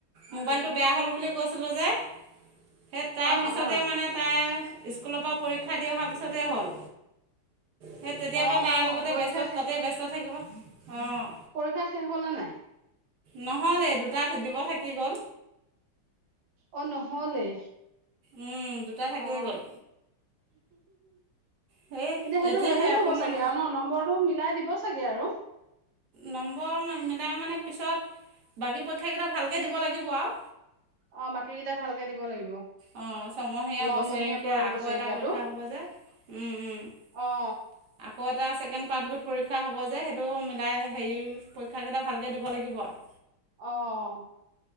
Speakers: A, on the right; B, on the right.
A: হয়
B: মোবাইলটো
A: নেকি
B: বেয়া হ'ল বুলি কৈছিলোঁ যে। সেই তাৰপিছতে
A: অ অ
B: মানে তাই। স্কুলৰ পৰা পৰীক্ষা দি অহাৰ পিছতেই হ'ল। সেই তেতিয়া
A: অ
B: পা তাৰ লগতে
A: পৰীক্ষা
B: ব্যস্ত
A: শেষ
B: তাতে ব ব্যস্ত থাকিব। অঁ
A: পৰীক্ষা শেষ হল নে নাই।
B: নহ'লে দুটা দিব থাকি গ'ল।
A: অ' নহ'লে
B: উম, দুটা থাকিয়ে
A: অ'
B: গ'ল সেই
A: এতিয়া সেইটো
B: এতিয়াহে
A: হেৰি হ'ব
B: অকণমান
A: চাগে আৰু ন নম্বৰটো মিলাই দিব চাগে আৰু।
B: নম্বৰ মিলাই মানে পিছত বাকী পৰীক্ষাকেইটা ভালকৈ দিব লাগিব আৰু।
A: অ বাকী কেইটা ভালকে দিব লাগিব।
B: অ' ছমহীয়া
A: নমহীয়াটো
B: বছেৰেকীয়া
A: আৰু
B: আকৌ
A: বছেৰেকীয়াটো
B: এটা পৰীক্ষা হব যে। উম- উম
A: অ
B: আকৌ এটা। এটা ছেকেণ্ড পাৰ্ট গোট পৰীক্ষা হ'ব যে সেইটো মিলাই হেৰি পৰীক্ষেইটা ভালকৈ দিব লাগিব আও।
A: অ